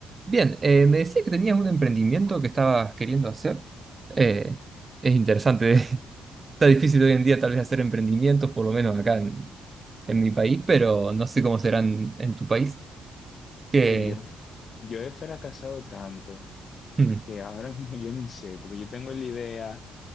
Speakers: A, on the right (about 30°); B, on the left (about 50°).
A: Bien, eh, me decía que tenías un emprendimiento que estabas queriendo hacer. Eh, es interesante, <laughs> está difícil hoy en día tal vez hacer emprendimientos, por lo menos acá en, en mi país, pero no sé cómo serán en tu país. Que,
B: Bien, yo, he- yo he fracasado tanto
A: mm,
B: que ahora <laughs> mismo yo ni sé, porque yo tengo la idea,